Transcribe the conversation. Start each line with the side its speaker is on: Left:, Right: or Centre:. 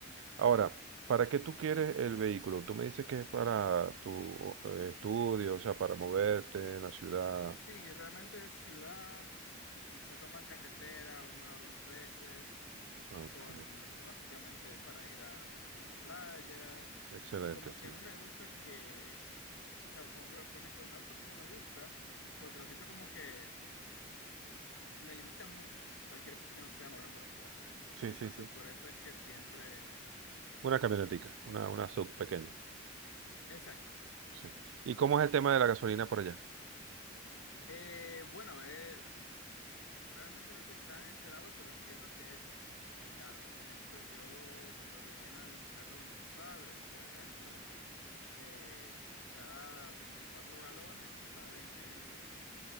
Right: Ahora, ¿para qué tú quieres el vehículo? Tú me dices que es para tu eh, estudio, o sea, para moverte en la ciudad.
Left: Sí, realmente es ciudad y quizá tomar carretera una o dos veces.
Right: Ok.
Left: con el- básicamente para ir a- aquí a la playa.
Right: Excelente,
Left: Como
Right: sí.
Left: que a mí me gusta que, o sea, como por, por ejemplo, un auto a mí no me gusta porque lo siento como que me limita mucho cualquier cosa que no sea moverme por la ciudad.
Right: Sí,
Left: Entonces,
Right: sí, sí. sí.
Left: por eso es que siempre...
Right: Una camionetica, una, una sub pequeña.
Left: Exactamente.
Right: Sí. ¿Y cómo es el tema de la gasolina por allá?
Left: Eh, bueno, eh, realmente no soy tan enterado, pero entiendo que es caro. Por ejemplo, yo cuando relleno el carro de mis padres, por ejemplo, eh, quizá 24 galones te salen en,